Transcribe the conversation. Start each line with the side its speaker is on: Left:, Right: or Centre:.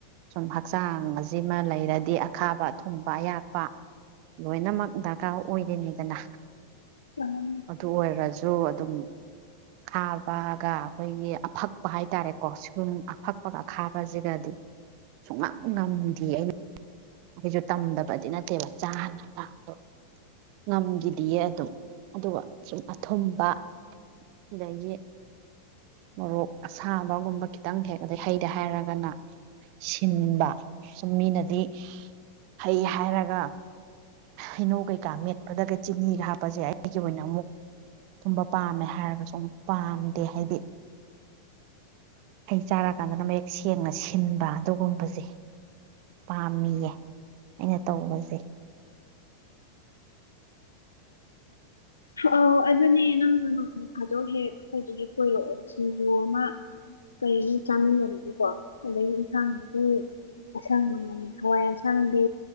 Right: ꯁꯨꯝ ꯍꯛꯆꯥꯡ ꯑꯁꯤꯃ ꯂꯩꯔꯗꯤ ꯑꯈꯥꯕ ꯑꯊꯨꯝꯕ ꯑꯌꯥꯛꯄ ꯂꯣꯏꯅꯃꯛ ꯗꯔꯀꯥꯔ ꯑꯣꯏꯔꯤꯅꯤꯗꯅ
Left: ꯑ
Right: ꯑꯗꯨ ꯑꯣꯏꯔꯁꯨ ꯑꯗꯨꯝ ꯈꯥꯕꯒ ꯑꯈꯣꯏꯒꯤ ꯑꯐꯛꯄ ꯍꯥꯏꯇꯥꯔꯦꯀꯣ ꯁꯤꯒꯨꯝ ꯑꯐꯛꯄꯒ ꯑ ꯈꯥꯕꯁꯤꯒꯗꯤ ꯁꯨꯡꯉꯝ ꯉꯝꯗꯦ ꯑꯩꯅ ꯑꯩꯁꯨ ꯇꯝꯗꯕꯗꯤ ꯅꯠꯇꯦꯕ ꯆꯥꯅꯕꯗꯣ ꯉꯝꯒꯤꯗꯦꯌꯦ ꯑꯗꯨꯝ ꯑꯗꯨꯒ ꯁꯨꯝ ꯑꯊꯨꯝꯕ ꯑꯗꯒꯤ ꯃꯣꯔꯣꯛ ꯑꯁꯥꯕꯒꯨꯝꯕ ꯈꯤꯇꯪ ꯍꯦꯛ ꯑꯗꯩ ꯍꯩꯗꯦ ꯍꯥꯏꯔꯒꯅ ꯁꯤꯟꯕ ꯁꯨꯝ ꯃꯤꯅꯗꯤ ꯍꯩ ꯍꯥꯏꯔꯒ ꯍꯩꯅꯧ ꯀꯩꯀꯥ ꯃꯦꯠꯄꯗꯒ ꯆꯤꯅꯤꯒ ꯍꯥꯞꯄꯁꯦ ꯑꯩꯒꯤ ꯑꯣꯏꯅ ꯑꯃꯨꯛ ꯑꯗꯨꯨꯝꯕ ꯄꯥꯝꯃꯦ ꯍꯥꯏꯔꯒꯁꯨ ꯑꯃꯨꯛ ꯄꯥꯝꯗꯦ ꯍꯥꯏꯗꯤ ꯍꯩ ꯆꯥꯔꯀꯥꯟꯗꯅ ꯃꯌꯦꯛ ꯁꯦꯡꯅ ꯁꯤꯟꯕ ꯑꯗꯨꯒꯨꯝꯕꯁꯦ ꯄꯥꯝꯃꯤꯌꯦ ꯑꯩꯅ ꯇꯧꯕꯁꯦ
Left: ꯑꯧ ꯑꯗꯨꯅꯦ ꯅꯪꯁꯨ ꯅꯣꯡꯃ ꯐꯥꯗꯣꯛ ꯍꯦꯛ ꯑꯈꯣꯏꯗꯣ ꯍꯦꯛ ꯀꯣꯏꯔꯛꯑꯣ ꯁꯤꯡꯖꯨ ꯑꯃ ꯀꯔꯤ ꯑꯃ ꯆꯥꯃꯤꯟꯅꯔꯒꯀꯣ ꯑꯗꯒꯤ ꯌꯦꯟꯁꯥꯡꯗꯤ ꯑꯁꯥꯡ ꯃꯜ ꯍꯋꯥꯏ ꯑꯁꯥꯡꯗꯤ